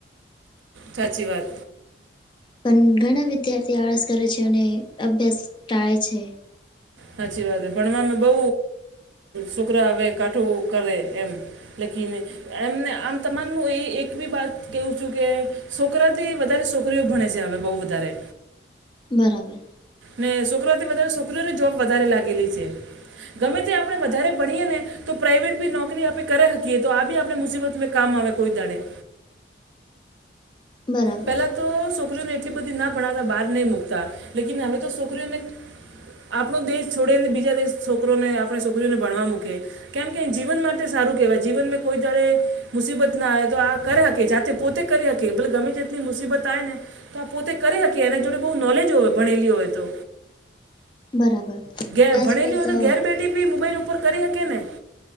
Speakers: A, on the right; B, on the left.
A: સાચી વાત.
B: પન ઘણા વિદ્યાર્થી આળસ કરે છે અને અભ્યાસ ટાળે છે.
A: હાચી વાત હે ભણવામાં બઉ સોકરા હવે કાઠું કરે એમ, લેકિન એમને આમ તમામ હોએ એક બી વાત કેવું છું કે સોકરાથી વધારે સોકરીઓ ભણે છે, હવે બહુ વધારે.
B: બરાબર
A: ને સોકરાઓથી વધારે સોકરીઓની જોબ વધારે લાગેલી છે, ગમે તે આપણે વધારે ભણીએ ને તો પ્રાઈવેટ બી નોકરી આપે કરે હકીએ તો આ બી આપે મુસીબત કામ આવે કોઈ દાડે.
B: બરાબર
A: પહેલાં તો સોકરીઓને એટલી બધી ના ભણતા બહાર નહી મુકતા લેકીન હવે તો છોકરીઓને આપણો દેશ છોડીને બીજા દેશ છોકરોને આપણે સોકરીઓને ભણવા મુકે કેમ કે જીવન માટે સારું કેહવાય જીવન મે કોઈ દાડે મુસીબત ના આવે તો આ કરે હકે જાતે પોતે કરી હકે ભલે ગમે તે ની મુસીબત આએ ને તો આ પોતે કરી હકીએ એના જોડે બહુ નોલેજ હોય ભણેલી હોય તો.
B: બરાબર
A: ઘે
B: આજ-કલ
A: ભણેલી હોય
B: તો.
A: ઘેર બેઠી બી મોબાઈલ ઉપર કરી હકે ને.